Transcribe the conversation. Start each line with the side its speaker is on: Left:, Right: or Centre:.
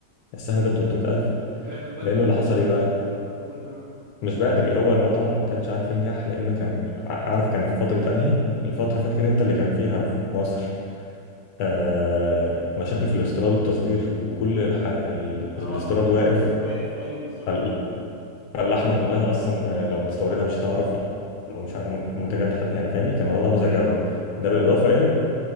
Left: السهم ده ب 300000
Right: بعته بدري
Left: لانه اللي حصل
Right: ولا
Left: ايه بقى
Right: قول اه
Left: مش بدري هو المطعم ما كانش عارف ينجح لانه كان ع- عارف كان في فتره انهي الفتره فاكر انت اللي كان فيها في مصر آه مشاكل في الاستيراد والتصدير وكل الح... ال-
Right: اه
Left: الاستيراد واقف
Right: متوقف ايوه بالظبط
Left: فال- فاللحمه كلها اصلا آه، لو بتستوردها مش هتعرف ومش عارف من- منتجات حت... يعني فاهمني كان الموضوع ده
Right: اوكي
Left: مزعج قوي
Right: اه
Left: ده بالاضافه ان